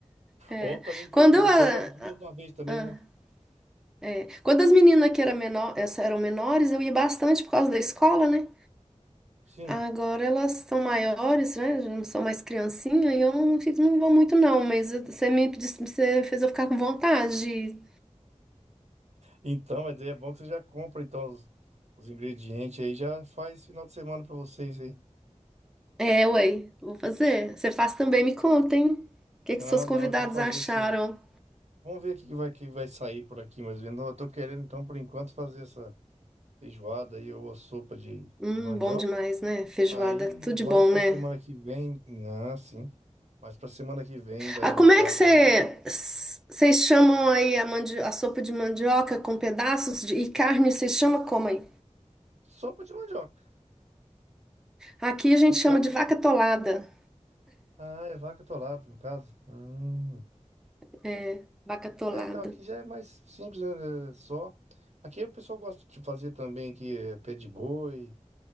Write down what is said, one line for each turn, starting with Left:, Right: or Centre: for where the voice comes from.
Centre: É.
Right: Ou também pega,
Centre: Quando, eu, ah,
Right: pega as duas
Centre: ah,
Right: de uma vez também,
Centre: ah,
Right: né?
Centre: é. quando as meninas que eram, menor, essa- eram menores, eu ia bastante por causa da escola, né?
Right: Sim.
Centre: Agora elas são maiores, né? Já não são mais criancinha, e eu não, fico- não vou muito, não. Mas você me, disse- você fez eu ficar com vontade
Right: Então, mas aí é bom que você já compra então os, os ingredientes aí, já faz final de semana pra vocês aí.
Centre: É, ué, vou fazer. Você faz também, me conta, hein? O que
Right: Ah,
Centre: que seus
Right: não,
Centre: convidados
Right: eu vou fazer
Centre: acharam?
Right: sim. Vamos ver o que que vai, que vai sair por aqui, mas eu não- eu tô querendo, então, por enquanto, fazer essa feijoada aí ou a sopa de,
Centre: Hum,
Right: de mandioca.
Centre: bom demais, né? Feijoada,
Right: Aí,
Centre: tudo de
Right: mais
Centre: bom,
Right: pra
Centre: né?
Right: semana que vem. Ah, sim. Mais pra semana que vem, daí,
Centre: Ah, como
Right: no caso,
Centre: é que você,
Right: aí.
Centre: vocês chamam aí a, mandi- a sopa de mandioca com pedaços de, e carne, vocês chamam como aí?
Right: Sopa de mandioca.
Centre: Aqui a gente
Right: No
Centre: chama
Right: caso.
Centre: de vaca tolada.
Right: Ah, é vaca atolada, no caso. Hum.
Centre: É, vaca tolada.
Right: É, então aqui já é mais simples, né? é Só. Aqui o pessoal gosta de fazer também aqui é, pé de boi,